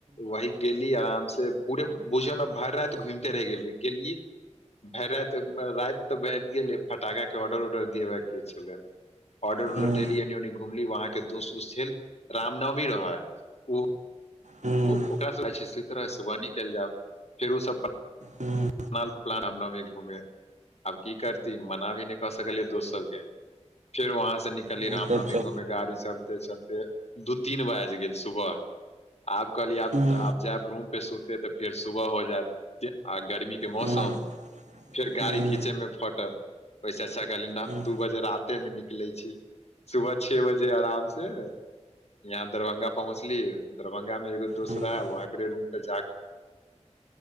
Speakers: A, on the left (about 60°); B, on the right (about 80°).
A: वही गेली आराम से पूरे भुझन भेर राइत र घूमिते रह गेली गेलीय भेर रात रात तऽ बबि गेल फटाके ऑर्डर उर्डर देिबेके छलै ऑर्डर उर्डर
B: हूँ
A: देली एनी ओनी घुमली वहाँ के दोस्त उो्त छैल रामनवमी रहै ओ
B: हूँ
A: <inaudible>
B: हूँ
A: प्लान हम <inaudible> नी घूमे आब की करती मना भी नय क सकलियै दोस्त सब के फेर वहाँ से निकली
B: हूँ
A: रामनवमी
B: अच्छा
A: घूमे गाड़ी सब चलते चलते दू तीन बाइज गेल सुबह आब कहलिय आब
B: हूँ
A: आब जैयब रूम पे सुते तऽ फेर सुबह हो जायत आ गर्मी के मौसम
B: हूँ
A: फेर गाड़ी
B: हूँ
A: घीचे में फटत ओइ से अच्छा कहली
B: हूँ
A: दू बजे राते मे निकलै छी सुबह छै बजे आराम से यहाँ दरभंगा पहुँचलीए दरभंगा एगो दोस्त
B: हँ
A: रहा वहाँ ओकरे रूम पे जाक